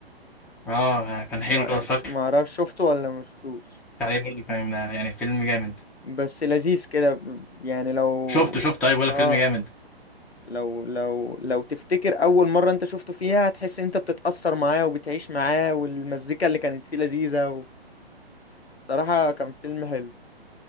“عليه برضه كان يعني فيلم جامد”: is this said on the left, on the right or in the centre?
Centre